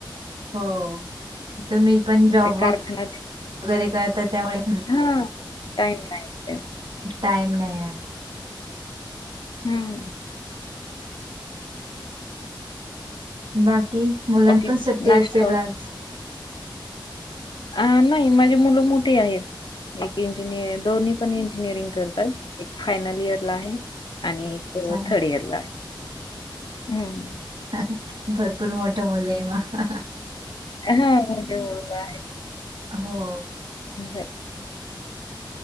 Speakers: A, on the right; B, on the left.
A: हो तुम्ही पण जॉब
B: ते कारखान्यात
A: व वगैरे करता त्यामुळे, हं
B: हा टाईम नाही मिळत.
A: टाइम नाही, हा.
B: हम्म,
A: बाकी, मुलांना
B: बाकी
A: पण सुट्टी
B: नाश्ता
A: असेल आज?
B: अ नाही माझी मुलं मोठी आहेत, एक इंजिनिअर, दोन्ही पण इंजिनिअरिंग करत तात, एक फायनल इयर ला आहे, आणि एक
A: अच्छा
B: थर्ड इयरला आहे, हम्म.
A: हाहा, भरपूर मोठे मुलं ये म हाहा.
B: हा मोठे मुलं आहे.
A: हो,
B: <inaudible>